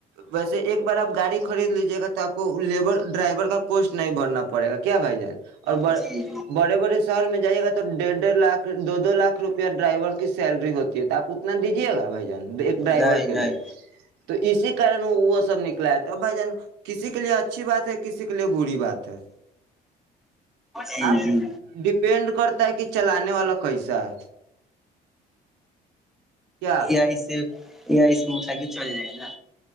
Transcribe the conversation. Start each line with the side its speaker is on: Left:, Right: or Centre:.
Right: ویسے ایک بار آپ گاڑی خرید لیجیے گا تو آپ کو لیبر ڈرائیور کا کوسٹ نہیں بھرنا پڑے گا کیا بھائی جان اور ب
Centre: جی جی
Right: بڑے بڑے شہر میں جائیے گا تو ڈیڑھ ڈیڑھ لاکھ دو دو لاکھ روپیہ ڈرائیور کی سیلری ہوتی ہے تو آپ اتنا دیجیے گا بھائی جان ایک ڈرائیور
Centre: نہیں
Right: کے لیے
Centre: نہیں
Right: تو اسی کارن وہ سب نکلایا تھا بھائی جان کسی کے لیے اچھی بات ہے کسی کے لیے بری بات ہے
Centre: جی
Right: آپ
Centre: جی
Right: ڈپینڈ <unintelligible> کرتا ہے کہ چلانے والا کیسا ہے کیا
Centre: یہ آ سے <unintelligible> یہی سے موٹر سائیکل چل جائے گا نا